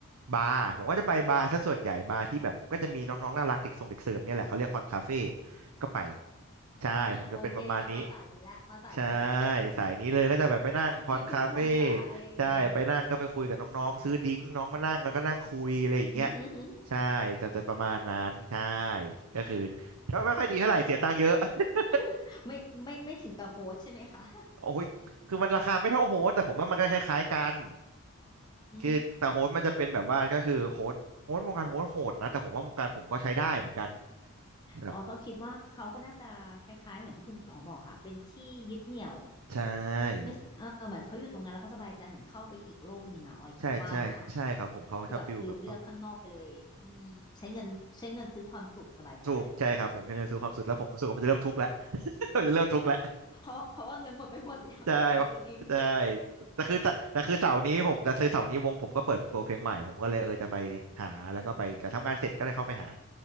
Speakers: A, on the right; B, on the left.
A: บาร์ผมก็จะไปบาร์ซะส่วนใหญ่บาร์ที่แบบก็จะมีน้องๆน่ารักเด็กสรงเด็กเสิร์ฟเนี่ยแหละเขาเรียกคอนคาเฟ่ก็ไปใช่ผมจะเป็นประมาณนี้
B: โอเคค่ะมาสายนี้แหละมาสายนี้แหละ
A: ใช่สายนี้เลยก็จะแบบไปนั่งคอนคาเฟ่
B: ที่พึ่งทางใจ <laughs>
A: ใช่ไปนั่งก็ไปคุยกับน้องๆซื้อดิ้งน้องมานั่งแล้วก็นั่งคุยอะไรอย่างเงี้ย
B: อือหือหือ
A: ใช่จะจะประมาณนั้นใช่ก็คือก็ไม่ค่อยดีเท่าไหร่เสียตังค์เยอะ <laughs>
B: <laughs> ไม่ไม่ไม่ถึงกับโฮสใช่ไหมคะ
A: โอ้ยคือมันราคาไม่เท่าโฮสต์แต่ผมว่ามันก็คล้ายๆกัน
B: อื
A: คือแต่โฮสต์มันจะเป็นแบบว่าก็คือโฮสต์โฮสต์วงการโฮสต์โหดนะแต่ผมว่าวงการผมก็ใช้ได้เหมือนกัน
B: ม
A: แบบ
B: อ๋อก็คิดว่าเขาก็น่าจะคล้ายๆเหมือนที่คุณอ๋องบอกค่ะเป็นที่ยึดเหนี่ยว
A: ใช่
B: ไม่ใช่เออเหมือนเขาอยู่ตรงนั้นแล้วเขาสบายใจเหมือนเข้าไปอีกโลกหนึ่งอ่ะออยคิดว่านะ
A: ใช่ใช่ใช่ครับผมเขาชอบฟิลแบบเขา
B: คือแบบลืมเลือกข้างนอกไปเลยอืมใช้เงินใช้เงินซื้อความสุขสบายใจ
A: ถูกใช่ครับผมใช้เงินซื้อความสุขแล้วผมรู้สึกว่ามันจะเริ่มทุกข์แล้ว <laughs> มันจะเริ่มทุกข์แล้ว
B: เพราะเพราะว่าเงินหมดไปหมดแล้วกับการซื้อดิ้ง
A: ใช่ใช่แต่คือแต่คือเสาร์นี้ผมแต่คือเสาร์นี้วงผมก็เปิดตัวเพลงใหม่ผมก็เลยเออจะไปหาแล้วก็ไปแต่ทำงานเสร็จก็เลยเข้าไปหา